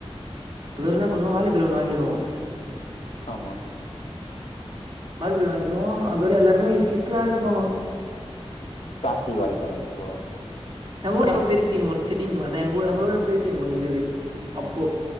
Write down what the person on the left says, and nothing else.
ஆமா
ப்ளாஸ்டிக் வாளி <unintelligible> ப்ரோ